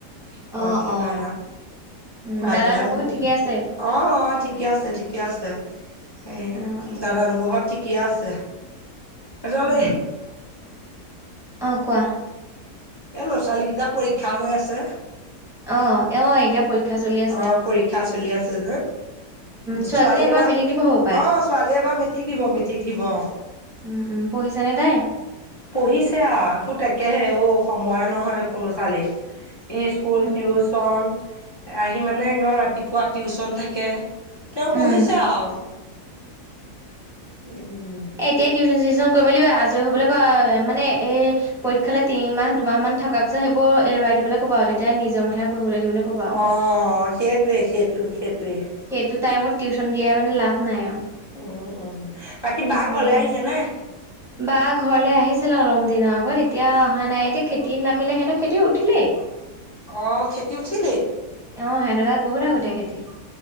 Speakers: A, on the left; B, in the centre.
A: সৰহকে
B: অ অ
A: ভাড়া
B: উম
A: বাই
B: দাদা
A: পেলাই
B: নবৌহত
A: দি দিয়ে
B: ঠিকে আছে
A: অ অ ঠিকে আছে ঠিকে আছে উম
B: অ অ
A: দাদা নবৌ হত ঠিকে আছে জ্বলে
B: অ অ কোৱা
A: এ ল'ৰা ছোৱালী কেইটা পৰীক্ষা হৈ আছে
B: অ অ এতিয়া পৰীক্ষা চলি আছে
A: অ পৰীক্ষা চলি আছে যে উম
B: ছোৱালীজনী
A: ছোৱালীয়ে
B: এইবাৰ
A: এবাৰ
B: মেট্ৰিক দিব হ'ব পাই
A: অ ছোৱালীয়ে এবাৰ মেট্ৰিক দিব মেট্ৰিক দিব অ
B: উম উম পঢ়িছে নে তাই
A: পঢ়িছে আ তাকেহে অ সময়ে নহয় দেখোন ছোৱালীৰ ই স্কুল
B: উম
A: টিউচন
B: উম
A: আহি মানে একদম ৰাতিপুৱা টিউচন থাকে তেওঁ
B: উম
A: পঢ়িছে আৰু উম
B: এ এতিয় টিউচন চিউশচন কৰি মেলি আজৰি হ'বলৈ কোৱা মানে এই পৰীক্ষালে তিনিমাহ দুমাহ মান থকাৰ পিছত সেইবোৰ এৰুৱাই দিবলৈ ক'বা আৰু তেতিয়া নিজৰ মাথাই পঢ়িবলৈ দিবলৈ ক'বা আৰু।
A: অ সেইটোৱে সেইটো সেইটোৱে
B: সেইটো টাইমত টিউশচন দিয়াই মানে লাভ নাই আও
A: উম উম বাকী বা
B: একণ্টিয়ামান
A: ঘৰলে আহিছে নে
B: বা ঘৰলে আহিছিল অলম দিনৰ আগত এতিয়া অহা নাই এতিয়া খেতি নামিলে সিহঁতক খেতি উঠিলেই
A: অ খেতি উঠিলেই
B: অ সিঁহতৰ তাত বহুত আগতীয়া খেতি